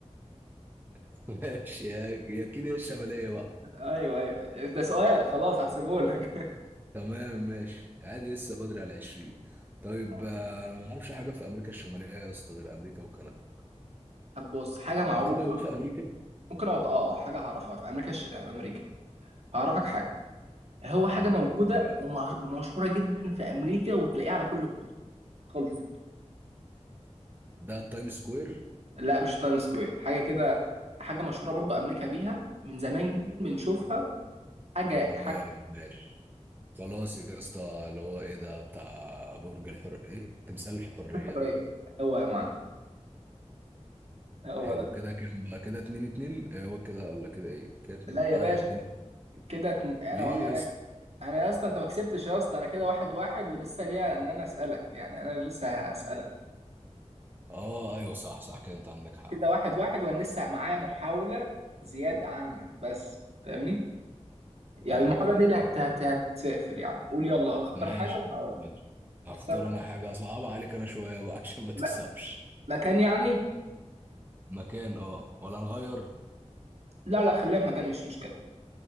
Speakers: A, on the right; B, on the right.
A: <laughs> ماشي يا- اكيد هي الشماليه بقى
B: ايوه ايوه ده سؤال خلاص هحسبه لك
A: تمام ماشي عادي لسه بدري على 20 طيب
B: <laughs>
A: آه، انا ما اعرفش حاجه في امريكا الشماليه يا اسطى غير امريكا وكندا
B: طب بص حاجه معروفه
A: مكان ده موجود في امريكا
B: ممكن اقعد اه آه، حاجه هعرفها في امريكا الش... في امريكا هعرفك حاجه هو حاجه
A: امم
B: موجوده
A: تمام
B: ومشهوره جدا في امريكا وتلاقيها على كل الكتب خلص
A: ده التايم سكوير
B: لا مش تايم سكوير حاجه كده حاجه مشهوره برضو امريكا بيها من زمان جدا بنشوفها حاجه
A: تمام
B: حاجه
A: ماشي خلاص يا اسطى اللي هو ايه ده بتاع برج الحر ايه تمثال الحريه
B: قريب
A: ده
B: هو يا معلم هو
A: حلو
B: ده
A: كده كام بقى كده اتنين اتنين إيه هو كده ولا كده ايه كده اتنين
B: لا يا
A: اه
B: باشا
A: اتنين
B: كده اتن- انا
A: ليه يا
B: انا
A: اسطى
B: انا يا اسطى انت ما كسبتش يا اسطى انا كده واحد واحد ولسه ليا ان انا اسالك يعني انا لسه هسالك
A: اه ايوه صح صح كده انت عندك حق
B: كده واحد واحد وانا لسه معايا محاوله زياده عنك بس فاهمني يعني
A: ايوه
B: المحاوله
A: كده
B: دي اللي هت- هت- هتقفل يعني قول يلا اختار
A: ماشي
B: حاجه وانا اقول لك.
A: ماشي هختار
B: هتختار مك-
A: انا حاجة صعبة عليك انا شوية بقى <laughs> عشان ما تكسبش
B: م- مكان يعني
A: مكان اه ولا نغير
B: لا لا خليها في مكان مش مشكله